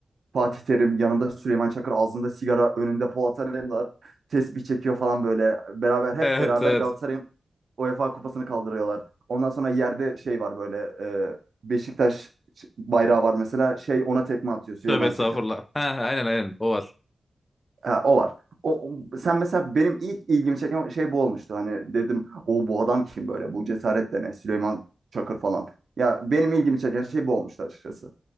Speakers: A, on the right; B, on the left.
A: Fatih Terim yanında Süleyman Çakır ağzında sigara önünde Polat Alemdar tesbih çekiyor falan böyle. Beraber hep
B: Evet
A: beraber
B: evet.
A: Galatasaray'ın UEFA kupasını kaldırıyorlar. Ondan sonra yerde şey var böyle e, Beşiktaş bayrağı var mesela şey ona tekme atıyor Süleyman
B: Tövbe estağfurullah.
A: Çakır.
B: Ha, aynen aynen o var.
A: Ha, o var. O, o- sen mesela benim ilk ilgimi çeken şey bu olmuştu. Hani dedim o bu adam kim böyle? Bu cesaret de ne? Süleyman Çakır falan. Ya benim ilgimi çeken şey bu olmuştu açıkçası.